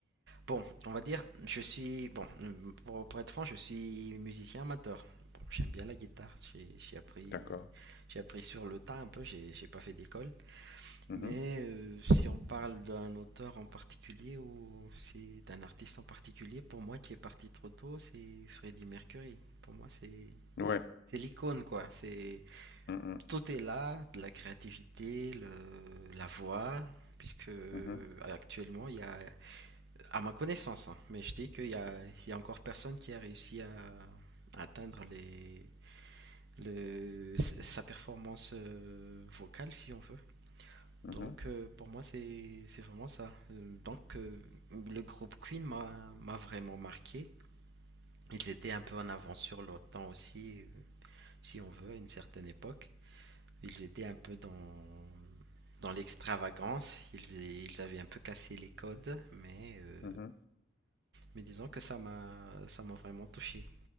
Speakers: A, on the right; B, on the left.
A: Bon, on va dire, je suis. Bon, pour, pour être franc, je suis musicien amateur. Bon, j'aime bien la guitare. J'ai j'ai appris,
B: D'accord.
A: j'ai appris sur le tas un peu. J'ai j'ai pas fait d'école.
B: Mhm.
A: Mais euh, si on parle d'un auteur en particulier ou si d'un artiste en particulier, pour moi qui est parti trop tôt, c'est Freddie Mercury. Pour moi, c'est
B: Ouais.
A: c'est l'icône quoi. C'est
B: Mhm,
A: tout est là, de la créativité, le, la voix, puisque euh,
B: mhm,
A: actuellement il y a à ma connaissance, hein, mais je dis qu'il y a, il y a encore personne qui a réussi à, à atteindre les, le, sa performance euh, vocale, si on veut.
B: mhm,
A: Donc, euh, pour moi, c'est c'est vraiment ça. Euh, Donc, euh, le groupe Queen m'a m'a vraiment marqué. Ils étaient un peu en avance sur leur temps aussi, euh, si on veut, à une certaine époque. Ils étaient un peu dans, dans l'extravagance. Ils, ils avaient un peu cassé les codes, mais euh,
B: mhm.
A: Mais disons que ça m'a ça m'a vraiment touché.